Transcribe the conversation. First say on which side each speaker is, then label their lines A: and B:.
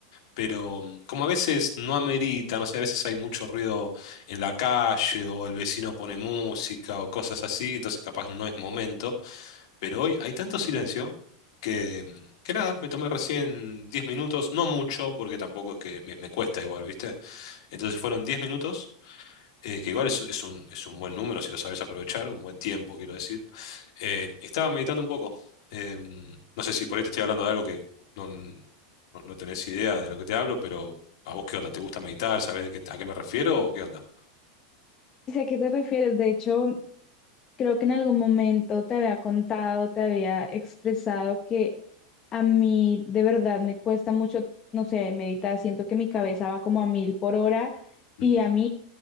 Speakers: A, on the left; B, on the left.
A: pero mm, como a veces no amerita, no sé, a veces hay mucho ruido en la calle o el vecino pone música o cosas así, entonces capaz no es momento, pero hoy hay tanto silencio que, mm, que nada, me tomé recién 10 minutos, no mucho, porque tampoco es que me, me cuesta igual, ¿viste? Entonces fueron 10 minutos eh, que igual es, es un, es un buen número si lo sabes aprovechar, un buen tiempo, quiero decir. Eh, estaba meditando un poco. Eh, no sé si por ahí te estoy hablando de algo que no, no, no tenés idea de lo que te hablo, pero ¿a vos qué onda? ¿Te gusta meditar? ¿Sabés de qué, a qué me refiero o qué onda?
B: sé a qué te refieres. De hecho, creo que en algún momento te había contado, te había expresado que a mí de verdad me cuesta mucho, no sé, meditar. Siento que mi cabeza va como a mil por hora
A: ¿Mm?
B: y a mí